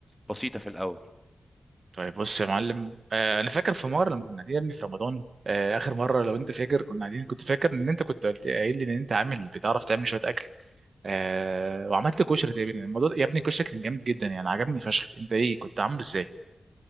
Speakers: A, in the centre; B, on the right (about 60°).
A: بسيطة في الأول
B: طيب بص يا معلم آه انا فاكر في مره لما كنا قاعدين يا ابني في رمضان آه اخر مره لو انت فاكر كنا قاعدين كنت فاكر ان انت كنت قلت قايل لي ان انت عامل بتعرف تعمل شويه اكل آه وعملت لي كشري تقريبا الموضوع يا ابني الكشري كان جامد جدا يعني عجبني فشخ انت ايه كنت عامله ازاي